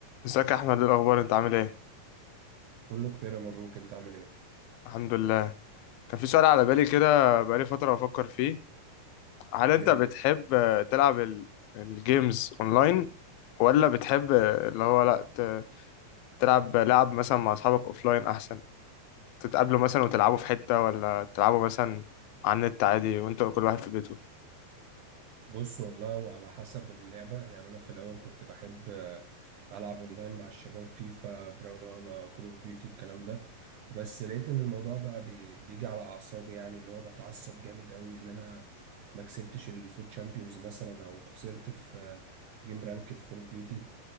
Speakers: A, on the left; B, on the right.
A: ازيك يا احمد إيه الاخبار انت عامل ايه
B: كله بخير يا مبروك انت عامل ايه؟
A: الحمد لله كان في سؤال على بالي كده بقالي فتره بفكر فيه هل انت
B: ايه
A: بتحب
B: هو؟
A: آه، تلعب ال- الجيمز اونلاين ولا بتحب آه، اللي هو لا ت- تلعب لعب مثلا مع اصحابك اوفلاين احسن تتقابلوا مثلا وتلعبوا في حته ولا تلعبوا مثلا على النت عادي وانت كل واحد في بيته
B: بص والله وعلى حسب اللعبة يعني انا في الاول كنت بحب آه، العب اونلاين مع الشباب فيفا براولا كول اوف ديوتي الكلام ده بس لقيت ان الموضوع بقى بي... بيجي على اعصابي يعني اللي هو بتعصب جامد قوي ان انا ما كسبتش الفوت شامبيونز مثلا او خسرت في آه، جيم رانكد في كول اوف ديوتي